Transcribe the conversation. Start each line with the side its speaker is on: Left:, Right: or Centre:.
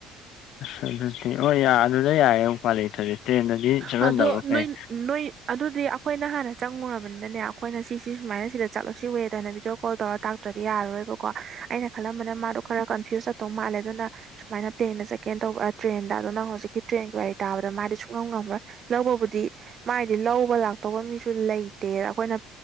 Left: ꯑ ꯑꯗꯨꯗꯤ ꯑꯣ ꯌꯥ ꯑꯗꯨꯗ ꯌꯥꯏꯌꯦ ꯑꯃꯨꯛ ꯄꯥ ꯂꯩꯗꯤ ꯇ꯭ꯔꯦꯟꯗꯗꯤ ꯆꯠꯍꯟꯗꯕ
Right: ꯑꯗꯣ ꯅꯣꯏ
Left: ꯐꯩ
Right: ꯅꯣꯏ ꯑꯗꯨꯗꯤ ꯑꯩꯈꯣꯏꯅ ꯍꯥꯟꯅ ꯆꯪꯉꯨꯔꯕꯅꯤꯅꯅꯦ ꯑꯩꯈꯣꯏꯅ ꯁꯤꯁꯤ ꯁꯨꯃꯥꯏꯅ ꯁꯤꯗ ꯆꯠꯂꯨꯁꯤ ꯍꯋꯦꯗꯅ ꯚꯗꯤꯑꯣ ꯀꯣꯜ ꯇꯧꯔꯒ ꯇꯥꯛ ꯭ꯔꯗꯤ ꯌꯥꯔꯔꯣꯏꯕꯀꯣ ꯑꯩꯅ ꯈꯜꯂꯝꯕꯅ ꯃꯥꯗꯣ ꯈꯔ ꯀꯟꯐ꯭ꯌꯨꯁ ꯆꯠꯇꯧ ꯃꯥꯜꯂꯦ ꯑꯗꯨꯅ ꯁꯨꯃꯥꯏꯅ ꯄ꯭ꯂꯦꯟꯗ ꯆꯠꯀꯦꯅ ꯇꯧꯕ ꯇ꯭ꯔꯦꯟꯗ ꯑꯗꯨꯅ ꯍꯧꯖꯤꯛꯀꯤ ꯇ꯭ꯔꯦꯟꯒꯤ ꯋꯥꯔꯤ ꯇꯥꯕꯗ ꯃꯥꯗꯤ ꯉ ꯉꯝꯃ꯭ꯔꯣꯏ ꯂꯧꯕꯕꯨꯗꯤ ꯃꯥꯥꯏꯗꯤ ꯂꯧꯕ ꯂꯥꯛꯇꯧꯕ ꯃꯤꯁꯨ ꯁꯨ ꯂꯩꯇꯦ ꯑꯩꯈꯣꯏꯅ꯭ꯂ